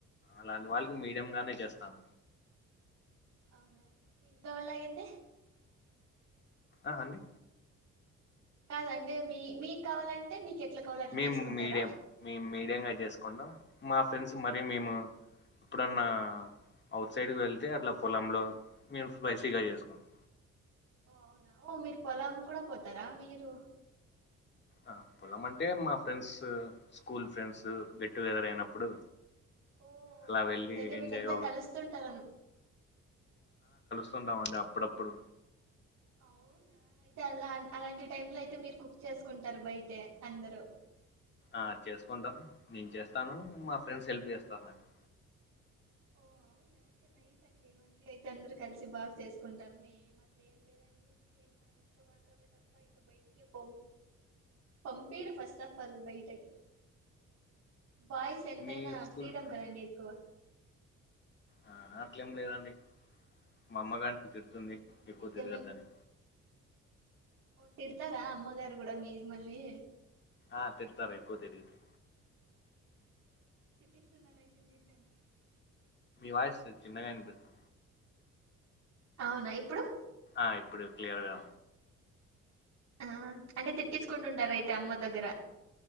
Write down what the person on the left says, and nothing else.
అలాంటి వాళ్ళకి మీడియ గానే చేస్తాం
ఆ అండి
మేము
మీడియం మేము మీడియం గా చేసుకుంటాం మా ఫ్రెండ్స్ మరి మేము ఎప్పుడన్నా అవుట్ సైడ్కి వెళ్తే అట్లా పొలంలో మేము స్పైసి గా
చేసుకుంటాం
ఆ పొలం అంటే మా friends school friends get together అయినప్పుడు
అలా
వెళ్ళి
ఎంజాయ్ ఒకరు
వస్తుంటామండి అప్పుడప్పుడు
ఆ చేసుకుంటాం నేను చేస్తాను మా ఫ్రెండ్స్ హెల్ప్ చేస్తారు నాకు
మీ స్కూల్
ఫ్రెండ్స్
ఆ అట్లేం లేదండి మా అమ్మగాం తిడుతుంది
ఎక్కువ
తిరగద్దని
ఆ తిడతారు ఎకువ తెరిగి తె
వాస్ చిన్నగా వినిపిస్తు
ఆ ఇప్పుడు క్లియర్గా